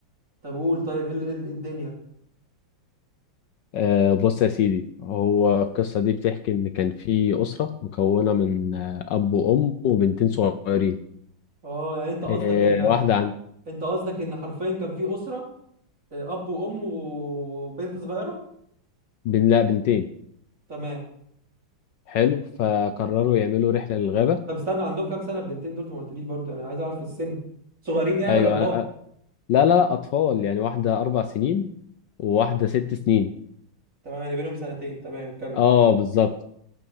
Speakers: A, on the right; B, on the left.
A: طب قول طيب ايه ال- إيه ال- إيه الدنيا
B: آه، بص يا سيدي هو القصة دي بتحكي إن كان في أسرة مكونة من آه، أب وأم وبنتين صغيرين
A: اه يعني انت قصدك
B: آه،
A: ان
B: واحدة عن
A: انت قصدك ان حرفيا كان في أسرة آه، اب وام و- وبنت صغيرة
B: بن لا بنتين
A: تمام
B: حلو فقرروا يعملوا رحلة للغابة
A: طب استنى عندهم كام سنة البنتين دول انت ما قلتليش برضو انا عايز اعرف السن صغيرين يعني
B: أيوة
A: ولا كبار
B: آه، آه، لا لا لا أطفال يعني واحدة أربع سنين وواحدة ست سنين
A: تمام يعني بينهم سنتين تمام كمل
B: أه بالظبط